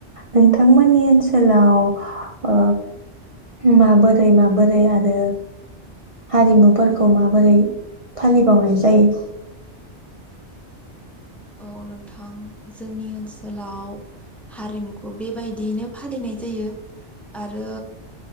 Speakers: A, on the right; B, in the centre.
A: नोंथांमोननि ओनसोलाव ओ माबोरै माबोरै आरो हारिमुफोरखौ माबोरै फालिबावनाय जायो?
B: औ नोंथां जोंनि ओनसोलाव हारिमुखौ बेबायदियैनो फालिनाय जायो आरो